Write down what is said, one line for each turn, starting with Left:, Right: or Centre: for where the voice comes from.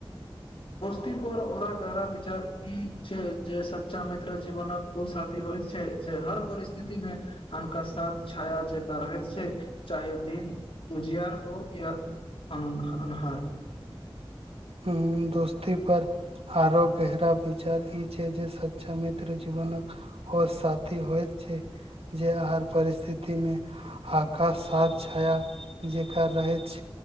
Left: सा पर ओरा गहरा विचार ई छै, जे सच्चा मित्र जीवन ओ साथी होइत छै, जे हर परिस्थिति में हनका साथ छाया जका रहैत छै चाहे दिन उजियार हो अनोन्हार। हँ।
Right: ह दोस्ती पर आरो गहरा विचार ई छै जे स। मित्र जीवनक ओ साथी होइत छै जे आर। परिस्थिति में हाका साथ छाया जेंका रहैत